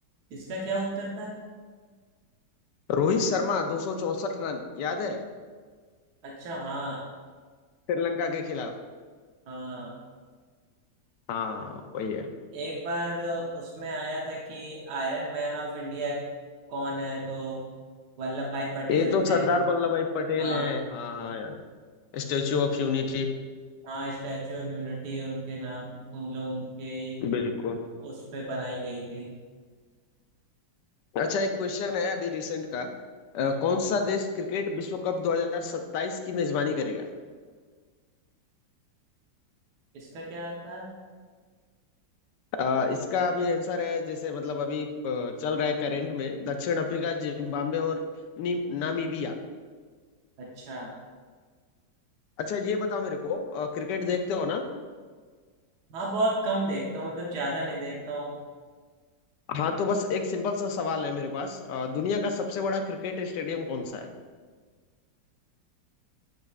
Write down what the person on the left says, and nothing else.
रोहित शर्मा 264 रन याद है
श्रीलंका के खिलाफ
हाँ वही है
ये तो
सरदार वल्लभ भाई पटेल
हैं हाँ हाँ यार स्टेच्यू ऑफ यूनिटी
बिल्कुल
अच्छा एक क्वेश्चन है अभी रिसेंट का अ,
कौन सा देश क्रिकेट विश्व कप 2027 की मेजबानी करेगा
अ, इसका अभी आंसर है जैसे मतलब अभी अ, चल रहा है करंट में दक्षिण अफ्रीका जिम्बाब्वे और नी- नामीबिया
अच्छा ये बताओ मेरे को अ, क्रिकेट देखते हो ना
हाँ तो बस एक सिंपल सा सवाल है मेरे पास अ, दुनिया का सबसे बड़ा क्रिकेट स्टेडियम कौन सा है